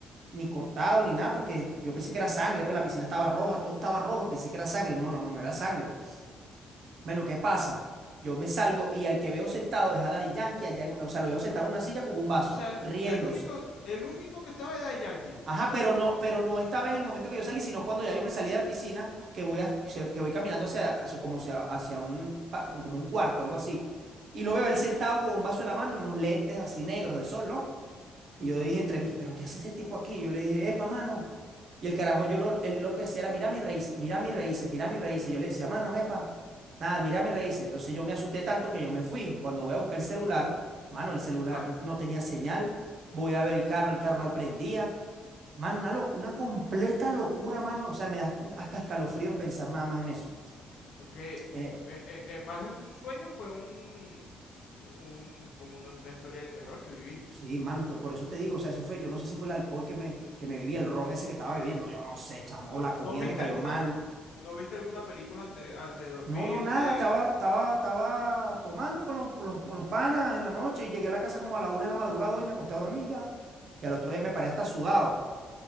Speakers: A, on the right; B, on the left.
A: ni cortado ni nada, porque yo pensé que era sangre, pues la piscina estaba roja, todo estaba rojo, pensé que era sangre. No, no, no, no era sangre. Bueno, ¿qué pasa? Yo me salgo y al que veo sentado es a Daddy Yankee, allá en- o sea, lo veo sentado en una silla con un vaso,
B: O sea, el,
A: riéndose.
B: el único, el único que estaba era de Yankee.
A: Ajá, pero no, pero no estaba en el momento que yo salí, sino cuando ya yo me salí de la piscina, que voy, a- que, se- que voy caminando hacia, hacia- como hacia, hacia un, pa- como un cuarto, algo así. Y lo veo él
B: Ok.
A: sentado con un vaso en la mano y unos lentes así negros de sol, ¿no? Y yo dije entre
B: Mm.
A: mí ¿pero qué hace ese tipo aquí? Yo le dije, epa, mano. Y el carajo, yo lo, él lo que hacía era, mira mis raíces, mira mis raíces, mira mis raíces. Yo le decía, mano, epa, nada, mira mis raíces. Entonces yo me asusté tanto que yo me fui. Cuando voy a buscar el celular, mano, el celular
B: Ajá.
A: no tenía señal. Voy a ver el carro, el carro no prendía. Mano, una, lo- una completa locura, mano. O sea, me da hasta escalofríos pensar nada más en eso.
B: Ok. eh,
A: Eh,
B: eh, eh, eh, más de un sueño fue un, un como una, una historia de terror que viviste.
A: sí, mano, que por eso te digo, o sea, eso fue, yo no sé si fue el alcohol que me, que me bebí, el ron ese que estaba bebiendo, yo no sé, chamo, o la comida
B: ¿No viste
A: me cayó
B: alguna,
A: mal.
B: no viste alguna película ante, antes de dormirte?
A: No, no, nada, estaba, estaba, estaba tomando con los, con los, con los panas en la noche y llegué a la casa como a la una de la madrugada y me acosté a dormir ya. Y al otro día me paré hasta sudado,